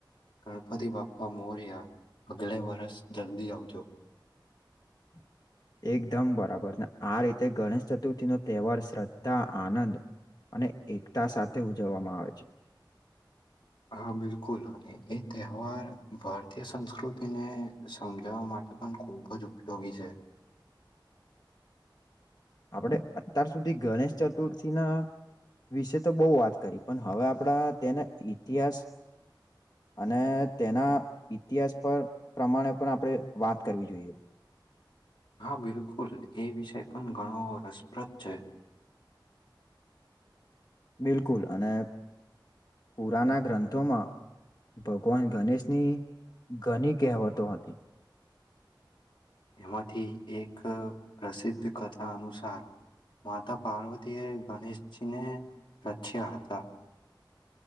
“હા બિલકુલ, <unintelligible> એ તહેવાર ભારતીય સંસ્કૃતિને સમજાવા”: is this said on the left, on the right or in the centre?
Left